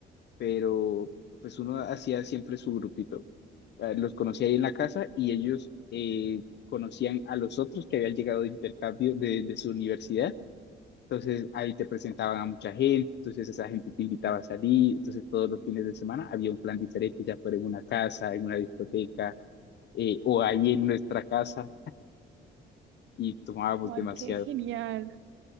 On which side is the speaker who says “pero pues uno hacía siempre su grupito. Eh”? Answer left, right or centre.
Left